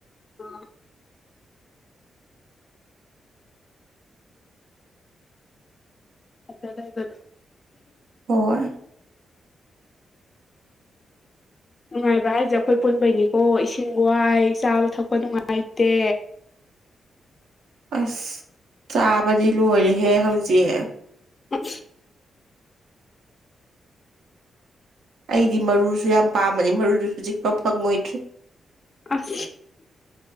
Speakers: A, on the left (about 30°); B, on the right (about 75°).
A: ꯑ ꯗꯕ
B: ꯑꯣ
A: ꯅꯨꯡꯉꯥꯏꯕ ꯍꯥꯏꯁꯦ ꯑꯩꯈꯣꯏ ꯄꯨꯟꯕꯩꯅꯤꯀꯣ ꯏꯁꯤꯡ ꯋꯥꯏ ꯆꯥꯕ ꯊꯛꯄ ꯅꯨꯡꯉꯥꯏꯇꯦ
B: ꯑꯁ ꯆꯥꯕꯗꯤ ꯂꯣꯏꯔꯦꯍꯦ ꯍꯧꯖꯤꯛ
A: ꯑ
B: ꯑꯩꯗꯤ ꯃꯔꯨꯁꯨ ꯌꯥꯝ ꯄꯥꯝꯃꯅꯤ ꯃꯔꯨꯗꯨꯁꯨ ꯆꯤꯛꯄ ꯐꯪꯉꯣꯏꯗ꯭ꯔꯤ
A: ꯑꯁ